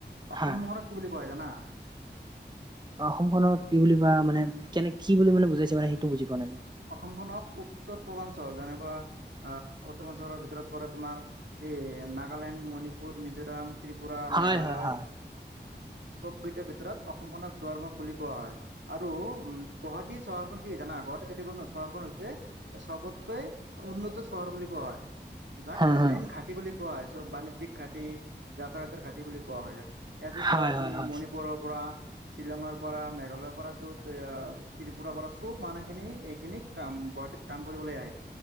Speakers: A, on the right; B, on the right.
A: অসমখনক
B: হা।
A: কি বুলি। কোৱা হয় যানা?
B: অসমখনক কি বুলি বা মানে কেনে কি বুলি মানে বুজাইছে মানে। বুজি পোৱা নাই মই।
A: অসমখনক উত্তৰ পূৰ্বাঞ্চল যেনেকুৱা আহ উত্তৰ পূৰ্বাঞ্চলৰ। ভৰত পৰে তোমাৰ এই নাগালেণ্ড, মণিপুৰ, মিজোৰাম,। ত্ৰিপুৰা,
B: হয়
A: মেঘালয়,।
B: হয় হয়।
A: সব গীতৰ ভিতৰত অসমখনক ধৰ্মক বুলি কোৱা হয় আৰু উ গুৱাহাটী চহৰখন জানা ঘৰ চ চহৰখন হৈছে চবতকৈ উন্নত চহৰ বুলি কোৱা হয়। যাক
B: হয় হয়।
A: মেইন ঘাটি বুলি কোৱা হয়। চব বাণিজ্যিক ঘাটি, যাতায়াতৰ ঘাটি বুলি কোৱা হয়। ইয়াত ই
B: হয়
A: চোৱা তুমি
B: হয় হয়।
A: মণিপুৰৰ পৰা, শ্বিলঙৰ পৰা, মেঘালয়ৰ পৰা, য'ত ত্ৰিপুৰাৰ পৰা চব মানুহখিনি খিনিক ক গুৱাহাটীত কাম কৰিবলৈ আহে